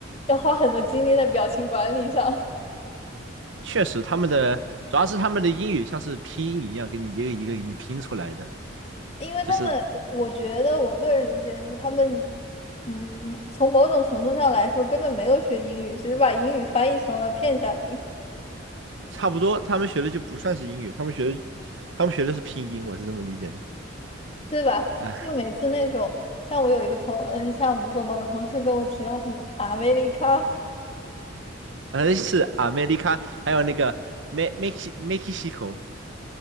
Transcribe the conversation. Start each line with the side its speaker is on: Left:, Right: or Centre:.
Left: 要花很多精力在表情管理上。
Right: 确实他们的主要是他们的英语像是拼音一样，给你一个一个给你拼出来的，
Left: 因为他们，
Right: 就是
Left: 我觉得我个人理解是他们，嗯，从某种程度上来说根本没有学英语，只是把英语翻译成了片假名，
Right: 差不多他们学的就不算是英语，他们学的他们学的是拼音，我是这么理解的。
Left: 对吧？
Right: 哎，
Left: 就每次那种，像我有一个同，嗯，像比如说某个同事跟我提到什么阿美利卡，
Right: 呃是 America，还有那个 Me Mex Mexico，